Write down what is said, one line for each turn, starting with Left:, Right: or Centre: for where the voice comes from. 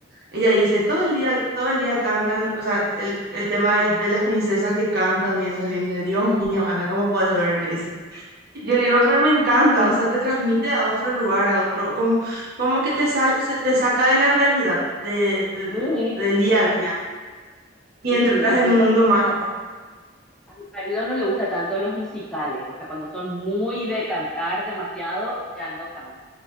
Right: Ella dice, todo el día, todo el día cantan, o sea, el, el tema del- de, las princesas que cantan y eso, le dice, Dios mío, Ana, ¿cómo podés ver? Me dice. Yo le digo, pero me encanta,
Centre: Bueno,
Right: o sea, te transmite a otro lugar, a otro, como, como que te sal, se- te saca de la realidad, de, de-
Centre: sí,
Right: del día a día, y
Centre: sí,
Right: entras
Centre: e incluso,
Right: en un
Centre: o
Right: mundo mágico.
Centre: sea, a mi marido no le gusta tanto los musicales, o sea, cuando son muy de cantar demasiado, ya no tanto,